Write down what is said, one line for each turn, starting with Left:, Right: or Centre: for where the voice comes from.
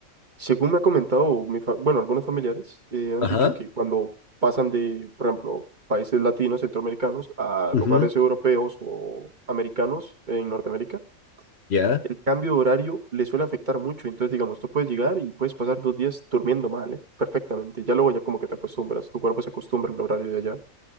Right: Según me ha comentado, mi fa- bueno, algunos familiares eh, han
Left: Ajá.
Right: dicho que cuando pasan de, por ejemplo, países latinos, centroamericanos, a
Left: ujú,
Right: lugares europeos o americanos en Norteamérica,
Left: Ya.
Right: el cambio de horario les suele afectar mucho. Entonces, digamos, tú puedes llegar y puedes pasar dos días durmiendo mal, ¿eh? Perfectamente. Ya luego ya como que te acostumbras, tu cuerpo se acostumbra al horario de allá.